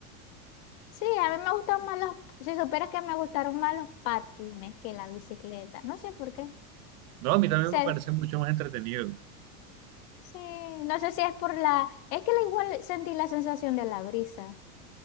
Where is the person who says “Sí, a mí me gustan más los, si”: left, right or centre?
Left